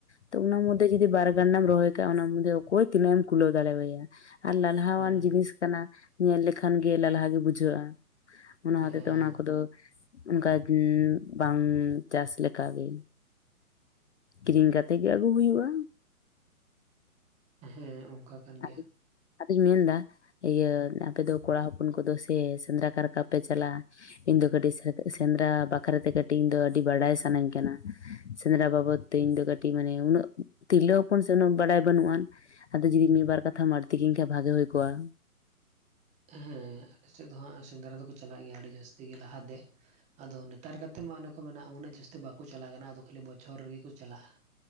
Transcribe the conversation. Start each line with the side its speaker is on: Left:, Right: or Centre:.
Left: ᱛᱚ ᱚᱱᱟ ᱢᱚᱫᱽ ᱡᱩᱫᱤ ᱵᱟᱨᱼᱼ ᱨᱟᱱᱟᱢ ᱨᱚᱦᱚᱭ ᱠᱟᱜᱟ ᱚᱱᱟ ᱢᱫᱮ ᱚᱠᱚᱭ ᱛᱤᱱᱟᱹᱜ ᱮᱢ ᱠᱩᱞᱟᱹᱣ ᱫᱟᱲᱮᱣᱟᱭᱟ ᱟᱨ ᱞᱟᱞᱦᱟᱣᱟᱱ
Right: ᱦᱮᱸ
Left: ᱡᱤᱱᱤᱥᱼᱼ ᱧᱮᱞ ᱞᱮᱠᱷᱟᱱ ᱜᱮ ᱞᱟᱞᱦᱟᱣ ᱜᱮ ᱵᱩᱡᱷᱟᱹᱜᱼᱟ᱾ ᱚᱱᱟ
Right: ᱦᱮᱸ
Left: ᱦᱚᱛᱮ ᱛᱮ ᱚᱱᱟ ᱠᱚ ᱫᱚ ᱚᱱᱠᱟ ᱵᱟᱝ ᱪᱟᱥ ᱞᱮᱠᱟ ᱜᱮᱼᱼ ᱠᱤᱨᱤᱧ ᱠᱟᱛᱮ ᱜᱮ ᱟᱹᱜᱩ ᱦᱩᱭᱩᱜᱼᱟ᱾
Right: ᱦᱮᱸ ᱚᱝᱠᱟ ᱠᱟᱱ ᱜᱮᱭᱟ᱾
Left: ᱟᱫᱚ ᱟᱫᱚᱧ ᱢᱮᱱ ᱫᱟᱼᱼ ᱤᱭᱟᱹ ᱟᱯᱮ ᱫᱚ ᱠᱚᱲᱟ ᱦᱚᱯᱚᱱ ᱠᱚ ᱫᱚ ᱥᱮ ᱥᱮᱸᱫᱽᱨᱟ ᱠᱟᱨᱠᱟ ᱯᱮ ᱪᱟᱞᱟᱜᱼᱟ᱾ ᱤᱧ ᱫᱚ ᱠᱟᱹᱴᱤᱡ ᱥᱮᱸᱫᱽᱨᱟ ᱵᱟᱠᱷᱨᱟ ᱛᱮ ᱠᱟᱹᱴᱤᱡ ᱫᱚ ᱟᱹᱰᱤ ᱵᱟᱰᱟᱭ ᱥᱟᱱᱟᱧ ᱠᱟᱱᱟ? ᱥᱮᱸᱫᱽᱨᱟ ᱵᱟᱵᱚᱫ ᱛᱮ ᱤᱧ ᱫᱚ ᱠᱟᱹᱴᱤᱡ ᱢᱟᱱᱮ ᱩᱱᱟᱹᱜ ᱛᱤᱨᱞᱟᱹ ᱦᱚᱯᱚᱱ ᱥᱮ ᱩᱱᱟᱹᱜ ᱵᱟᱰᱟᱭ ᱵᱟᱹᱱᱩᱜᱼᱟ᱾ ᱟᱫᱚ ᱡᱩᱫᱤ ᱢᱤᱫ ᱵᱟᱨ ᱠᱟᱛᱷᱟᱢ ᱟᱹᱲᱛᱤ ᱠᱤᱧ ᱠᱷᱟᱱ ᱵᱷᱟᱜᱮ ᱦᱳᱭ ᱠᱚᱜᱼᱟ?
Right: ᱦᱮᱸ ᱟᱞᱮ ᱥᱮᱫ ᱫᱚ ᱦᱟᱸᱜ ᱥᱮᱸᱫᱽᱨᱟ ᱫᱚ ᱠᱚ ᱪᱟᱞᱟᱜ ᱜᱮᱭᱟ ᱟᱹᱰᱤ ᱡᱟᱹᱥᱛᱤ ᱜᱮ ᱞᱟᱦᱟ ᱫᱮᱼᱼ ᱟᱫᱚ ᱱᱮᱛᱟᱨ ᱠᱟᱛᱮ ᱢᱟ ᱚᱱᱮ ᱠᱚ ᱢᱮᱟ ᱩᱱᱟᱹᱜ ᱡᱟᱹᱥᱛᱤ ᱵᱟᱠᱚ ᱪᱟᱞᱟᱜ ᱠᱟᱱᱟ ᱟᱫᱚ ᱠᱷᱟᱹᱞᱤ ᱵᱚᱪᱷᱚᱨ ᱨᱮ ᱜᱮ ᱠᱚ ᱪᱟᱞᱟᱜᱼᱟ᱾